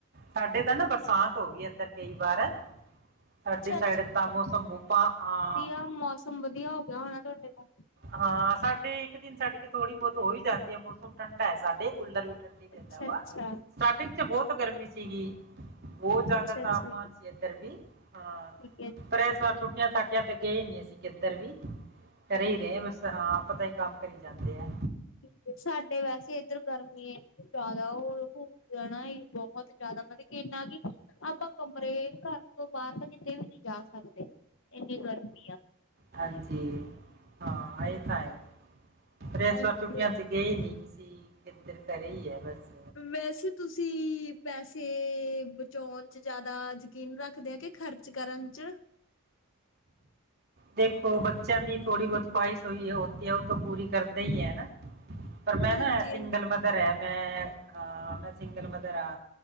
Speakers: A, on the right (about 45°); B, on the left (about 55°).
A: ਸਾਡੇ ਤਾਂ ਨਾ ਬਰਸਾਤ ਹੋ ਗਈ। ਇਧਰ ਕਈ ਵਾਰ, ਸਾਡੀ
B: ਅੱਛਾ
A: ਸਾਈਡ ਤਾਂ ਮੋਸਮਬੂਪਾ ਅਹ,
B: ਸਭ ਮੌਸਮ ਵਧੀ ਧੀਆ ਹੋ ਗਿਆ ਹੋਣਾ ਤੁਹਾਡੇ ਤਾਂ
A: ਹਾਂ ਸਾਡੇ ਇੱਕ, ਦਿਨ ਛੱਡ ਕੇ ਥੋੜ੍ਹੀ ਬਹੁਤ ਹੋ ਹੀ ਜਾਂਦੀ ਹੈ ਮੌਸਮ ਠੰਢਾ ਹੈ ਸਾਡੇ ਕੂਲਰ ਵੀ ਠੰਡੀ ਦਿੰਦਾ
B: ਅੱਛਾ,
A: ਵਾ
B: ਅੱਛਾ।
A: ਸਟਾਰਟਿੰਗ ਚ ਬਹੁਤ ਗਰਮੀ ਸੀਗੀ। ਬਹੁਤ ਜ਼ਿਆਦਾ
B: ਅੱਛਾ
A: ਤਾਪਮਾਨ
B: ਅੱਛਾ
A: ਸੀ ਇੱਧਰ ਵੀ ਹਾਂ।
B: ਠੀਕ ਹੈ
A: ਪਰ ਇਸ ਵਾਰ ਛੁੱਟੀਆਂ ਛੱਟਿਆ ਤੇ ਗਏ ਨੀ ਅਸੀਂ ਕਿੱਧਰ ਵੀ, ਕਰੇ ਹੀ ਰਹੇ ਬਸ ਹਾਂ ਆਪਦਾ ਹੀ ਕੰਮ ਕਰੀ ਜਾਂਦੇ ਆ।
B: ਜੀ ਸਾਡੇ ਵੈਸੇ ਇੱਧਰ ਗਰਮੀ ਇੰਨੀ ਜ਼ਿਆਦਾ ਉਹ ਰਹਿਣਾ ਹੀ ਬਹੁਤ ਜ਼ਿਆਦਾ ਮਤਲਬ ਕਿ ਇੰਨਾ ਕਿ ਆਪਾਂ ਕਮਰੇ ਘਰ ਤੋਂ ਬਾਹਰ ਤਾਂ ਕਿਤੇ ਵੀ ਨਹੀਂ ਜਾ ਸਕਦੇ ਇੰਨੀ ਗਰਮੀ ਆ।
A: ਹਾਂਜੀ ਹਾਂ ਇਹ ਤਾਂ ਹੈ ਪਰ ਇਸ
B: ਹਾਂਜੀ
A: ਵਾਰ ਛੁੱਟੀਆਂ ਸੀ ਗਏ ਨਹੀਂ ਕਿਸੀ ਏਧਰ ਘਰੇ ਹੀ ਏ ਬਸ
B: ਵੈਸੇ ਤੁਸੀਂ ਪੈਸੇ ਬਚਾਉਣ ਚ ਜ਼ਿਆਦਾ ਜਕੀਨ ਰੱਖਦੇ ਆ ਕਿ, ਖ਼ਰਚ ਕਰਨ ਚ'
A: ਦੇਖੋ ਬੱਚਿਆਂ ਦੀ ਥੋੜ੍ਹੀ ਬਹੁਤ ਖਆਹਿਸ਼ ਹੋਈ ਹੈ ਉਹ ਤੇ ਪੂਰੀ ਕਰਦੇ ਹੀ ਹੈ ਹਨਾ।
B: <unintelligible>
A: ਪਰ ਮੈਂ ਨਾ ਸਿੰਗਲ
B: ਹਾਂਜੀ
A: ਮਦਰ ਹੈ ਮੈਂ ਹਾਂ ਮੈਂ ਸਿੰਗਲ ਮਦਰ ਆ।